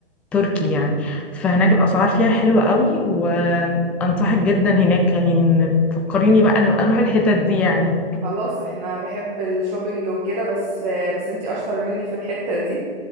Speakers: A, in the centre; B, on the right.
A: تركي يعني فهناك الاسعار فيها حلوه قوي و انصحك جدا هناك يعني إن فكريني بقى أنا اروح الحتت دي يعني
B: خلاص احنا بحب الشوبينج وكده بس بس انتي اشطر مني في الحتة دي